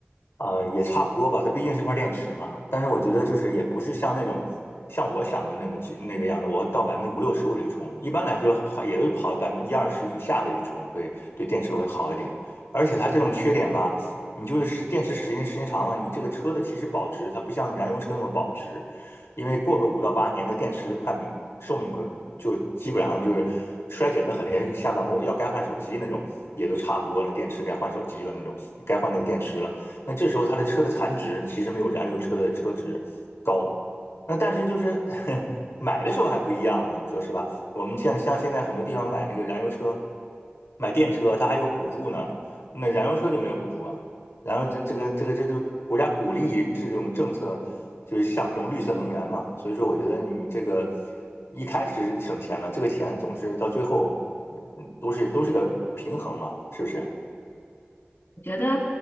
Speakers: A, on the left; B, on the left.
A: 啊、也差不多吧，它毕竟是一块电池嘛。但是我觉得就是也不是像那种像我想的那么那个样的，我到百分之五六十我就充。一般来说，好也都是跑到百分之一二十以下的去充会，对电池会好一点。而且它这种缺点吧，你就是时电池时间时间长了，你这个车的其实保值它不像燃油车那么保值，因为过个五到八年的电池快没寿命快就基本上就是衰减的很厉害，像咱们要该换手机那种也都差不多那电池该换手机了那种，该换那个电池了。那这时候它的车的残值其实没有燃油车的车值高。那但是就是 <laughs> 买的时候还不一样呢，你说是吧？我们像像现在很多地方买那个燃油车、买电车，它还有补助呢。那燃油车就没有补助啊。然后这这个这个这就国家鼓励这种政策，就是像这种绿色能源嘛。所以说，我觉得你这个一开始省钱了，这个钱总是到最后，嗯都是都是个平衡嘛，是不是？
B: 我觉得，